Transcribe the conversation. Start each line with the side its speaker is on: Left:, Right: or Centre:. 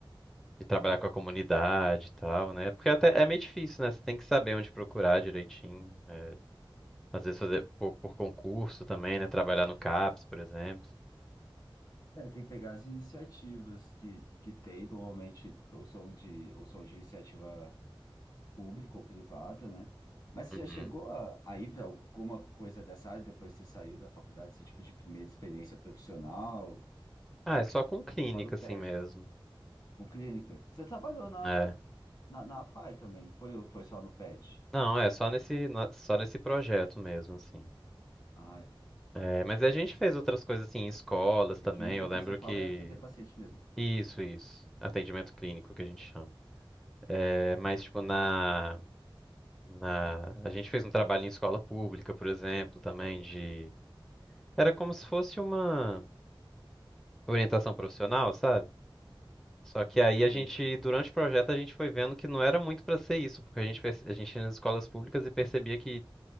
Centre: de trabalhar com a comunidade e tal, né? Porque até é meio difícil, né? Você tem que saber onde procurar direitinho. é, às vezes fazer por, por concurso também, né? Trabalhar no CAPS, por exemplo.
Left: É, tem que pegar as iniciativas que, que tem, normalmente ou são de, ou são de iniciativa pública ou privada, né? Mas você
Centre: Uhum.
Left: já chegou a, a ir para alguma coisa dessa área depois que você saiu da faculdade, assim, tipo de primeira experiência profissional,
Centre: Ah, é só com clínica
Left: fora o
Centre: assim
Left: PET,
Centre: mesmo.
Left: assim, com clínica? Você trabalhou na,
Centre: É.
Left: na, na APAE também, não foi, foi só no PET?
Centre: Não, é só nesse na- só nesse projeto mesmo assim.
Left: Ah,
Centre: É, mas a gente fez outras coisas assim em escolas também.
Left: e clínica,
Centre: Eu lembro
Left: quando você fala,
Centre: que
Left: é atender paciente mesmo.
Centre: isso, isso. Atendimento clínico que a gente chama. É, mas tipo na Na... A gente fez um trabalho em escola pública, por exemplo, também de. Era como se fosse uma orientação profissional, sabe? Só que aí
Left: Você
Centre: a gente, durante o projeto, a gente foi vendo que não era muito para ser isso, porque a gente, perce- a gente ia nas escolas públicas e percebia que